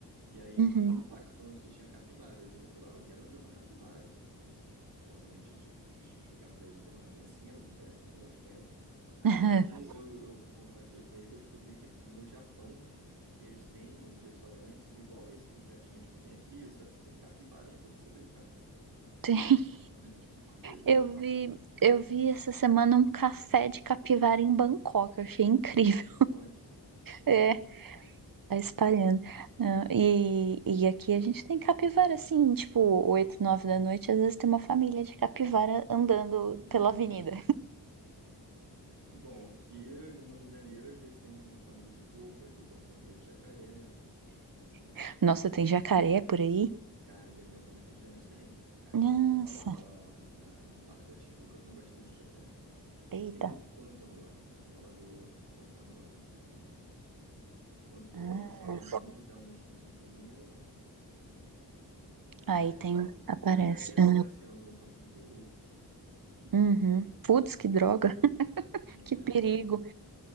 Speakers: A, on the right; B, on the right.
A: e aí ele
B: Uhum.
A: viu uma placa falando que tinha capivaras. Ele falou: "Ah, eu quero ver uma capivara". Obviamente eu tive que explicar pra ele que não é bem assim, elas aparecem quando elas querem. Mas
B: <laughs>
A: aí eu, eu compartilhei com ele que eu descobri que no Japão eles têm uns restaurantes igual esse dos gatinhos que tem aqui, só que com capivaras pra você brincar.
B: Tem.
A: <laughs> Olha que coisa
B: Eu
A: inusitada.
B: vi, eu vi essa semana um café de capivara em Bangkok, eu achei incrível.
A: Em Bangkok.
B: É.
A: Pois é.
B: Tá espalhando. Ah, e, e aqui a gente tem capivara, assim, tipo, oito nove da noite, às vezes tem uma família de capivara andando
A: <laughs>
B: pela avenida.
A: Bom, aqui no Rio de Janeiro, às vezes tem uma família de porco, às vezes uma família de jacaré.
B: <laughs> Nossa, tem jacaré por aí?
A: Cara, em algumas regiões tem. A região
B: Nossa,
A: da- lá da, da Barra da Tijuca tem bastante jacaré. Porque
B: eita.
A: tem muito pântano lá, tem muita lagoa pantanosa. Então, quando, dá-
B: Ah,
A: quando chove muito e dá uma enchentezinha, aparece
B: aí tem, aparece.
A: jacaré
B: Ah,
A: passeando no campo de golfe,
B: uhum. Putz, que droga,
A: não
B: que
A: é?
B: perigo.